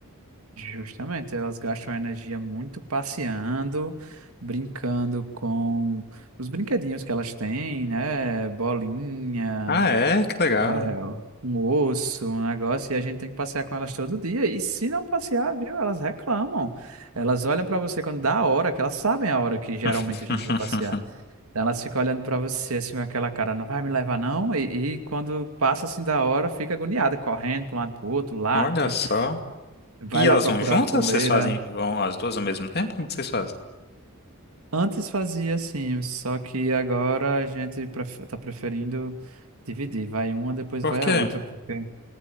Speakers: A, on the right (about 75°); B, on the left (about 45°).
A: Justamente, elas gastam energia muito passeando, brincando com os brinquedinhos que elas têm, né? Bolinha,
B: Ah, é? Que legal.
A: é, um osso, um negócio, e a gente tem que passear com elas todo dia. E se não passear, viu? Elas reclamam. Elas olham pra você quando dá a hora, que elas sabem a hora que geralmente
B: <laughs>
A: a gente vai passear. Então, Elas ficam olhando pra você assim com aquela cara, não vai me levar não? E, e quando passa assim da hora, fica agoniada, correndo para um lado pro outro, late,
B: Olha só.
A: vai
B: E
A: lá
B: elas
A: procurar
B: vão juntas?
A: a coleira.
B: Vocês fazem, vão as duas ao mesmo tempo? Como que vocês fazem?
A: Antes fazia assim, só que agora a gente pref- tá preferindo dividir. Vai uma, depois
B: Por
A: vai
B: quê?
A: a outra, porque